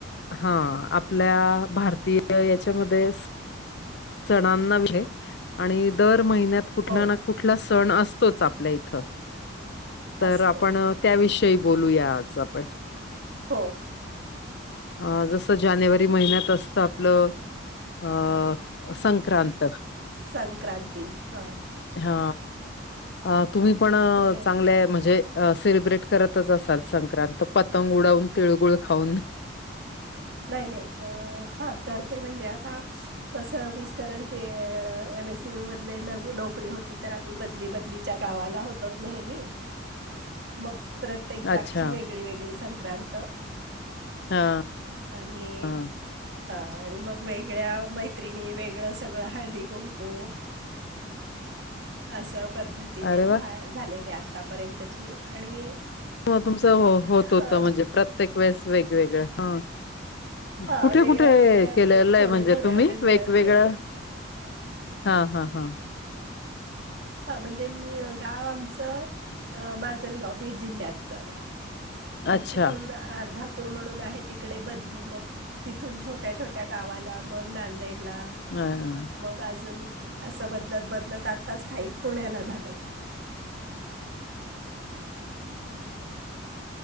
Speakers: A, on the left; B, on the right.
A: हा आपल्या भारतीय याच्यामध्ये सणांना विषय आणि दर महिन्यात कुठला
B: हो.
A: ना कुठला सण असतोच आपल्या इथं तर
B: इथं. असतो.
A: आपण त्याविषयी बोलूया आज आपण
B: हो
A: अ जसं जानेवारी महिन्यात असतं आपलं अ संक्रांत
B: सांग क्रांती हा हा
A: हा अ तुम्ही पण
B: तर
A: चांगले म्हणजे सेलिब्रेट करतच असाल संक्रांत पतंग उडवून. तिळगुळ खाऊन.
B: नाही नाही आ हा करते म्हणजे. आ कस मिस्टरांचे हे एम एस सी मधले न नोकरी होती तर आम्ही बदली बदलीच्या गावाला होतो. नेहमी मग प्रत्येक जागची
A: अच्छा
B: वेगळी वेगळी संक्रांत
A: हा
B: आणि
A: हा
B: हा आणि मग वेगळ्या मैत्रिणी वेगळं सगळं हळदी कुंकू. असं पद्धतीने
A: अरे
B: झा
A: वा
B: झालेले आतापर्यंतची आणि
A: ग तुमचं होत
B: हा
A: होत म्हणजे प्रत्येक वेळेस वेगवेगळ हा
B: हा
A: कुठे
B: वेगळ्या
A: कुठे
B: वेगळ्या
A: केलेलं
B: ग्रुप थोडे
A: आहे. म्हणजे
B: थोडे
A: तुम्ही
B: असे मिळत
A: वेगवेगळं
B: गेले
A: हा हा हा
B: हा म्हणजे गाव आमचं माजलगाव बीड जिल्ह्यात मग
A: अच्छा
B: तिथून अर्धापूर म्हणून आहे तिकडे बदली मग तिथून छोट्या छोट्या गावाला मग नांदेडला
A: हम
B: मग अजून असं बदलत बदलत आता स्थायिक पुण्याला झालोत. हो